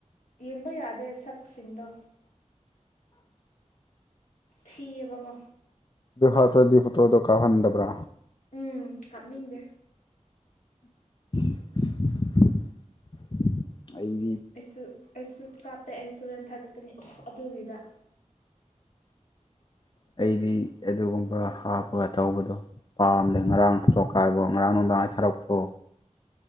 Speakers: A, on the left; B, on the left.
A: ꯌꯦꯡꯕ ꯌꯥꯗꯦ ꯁꯛꯁꯤꯡꯗꯣ ꯊꯤꯌꯦꯕ ꯀꯣ
B: ꯑꯗꯨ ꯍꯥꯞꯇ꯭ꯔꯗꯤ ꯐꯣꯇꯣꯗꯣ ꯀꯥꯎꯍꯟꯗꯕ꯭ꯔꯥ
A: ꯎꯝ ꯀꯥꯞꯅꯤꯡꯗꯦ
B: <inaudible> ꯑꯩꯗꯤ
A: ꯑꯩꯁꯨ ꯑꯩꯁꯨ ꯀꯥꯞꯄꯦ ꯑꯩꯁꯨ ꯍꯣꯔꯦꯟ ꯊꯥꯒꯠꯀꯅꯤ ꯑꯗꯨꯒꯤꯗ
B: <inaudible> ꯑꯩꯗꯤ ꯑꯗꯨꯒꯨꯝꯕ ꯍꯥꯞꯄꯒ ꯇꯧꯕꯗꯣ ꯄꯥꯝꯗꯦ ꯉꯔꯥꯡ ꯇꯣꯀꯥꯏꯕ ꯉꯔꯥꯡ ꯅꯨꯡꯗꯥꯡ ꯊꯥꯔꯛꯄ꯭ꯔꯣ